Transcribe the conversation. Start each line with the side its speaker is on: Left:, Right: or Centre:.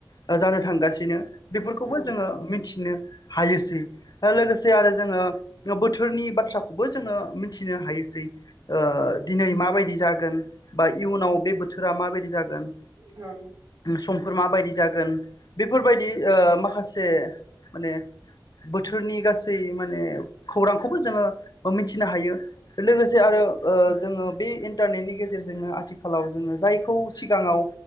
Left: ओ जानो थांगासिनो बेफोरखौबो
Right: औ ओं
Left: जोङो मिथिनो हायोसै लोगोसे आरो जोङो बोथोरनि बाथ्रा खौबो जोङो मिथिनो हायोसै ओ
Right: औ
Left: दिनै माबायदि जागोन। बा इयुनाव बे बोथोरा माबायदि जागोन।
Right: ओ
Left: समफोर माबायदि जागोन बेफोरबायदि ओ माखासे माने बोथोरनि गासै माने खौरांखौबो जोङो मिथिनो हायो लोगोसे
Right: औ
Left: आरो ओ जोङो बे इन्टारनेटनि गेजेरजोंनो आथिखालाव जोङो जायखौ सिगाङाव